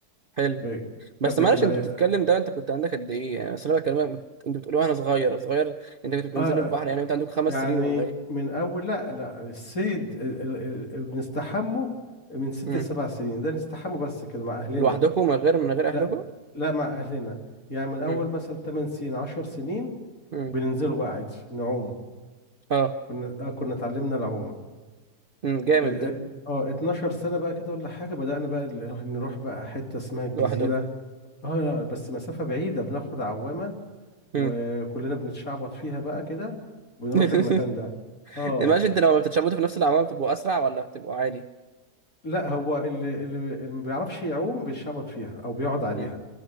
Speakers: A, on the right; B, on the left.
A: حلو
B: ب-
A: بس
B: كانت
A: معلش
B: بتبقى
A: انت بتتكلم ده انت كنت عندك قد ايه يعني اصل انا بكلمك بت- انت بتقول وانا صغير صغير انت كنت بتنزلوا
B: آه
A: البحر يعني انت عندك خمس
B: يعني
A: سنين ولا ايه
B: من أول لا لا الصيد ال- ال- ال- ال- بنستحمه من ست
A: مم.
B: لسبع سنين ده نستحمه بس كده مع أهلنا
A: لوحدكم من غير من غير
B: لا
A: اهلكم
B: لا مع أهلنا يعني من أول
A: مم.
B: مثلا تمن سنين عشر سنين
A: مم.
B: بننزله بقى عادي نعومه
A: اه
B: كنا آه كنا اتعلمنا العوم
A: مم. جامد
B: ال- ال-
A: ده
B: اه 12 سنة بقى كده ولا حاجة بدأنا بقى ال- نروح بقى حتة اسمها الجزيرة
A: لوحدكم
B: اه لا بس مسافة بعيدة بناخد عوامة وكلنا
A: مم.
B: بنتشعبط فيها بقى كده بنروح
A: <laughs>
B: المكان ده اه
A: ماشي انت لما بتتشابطوا في نفس العماره بتبقوا اسرع ولا بتبقوا عادي
B: لا هو اللي اللي اللي ما بيعرفش يعوم بيتشعبط فيها او بيقعد عليها
A: امم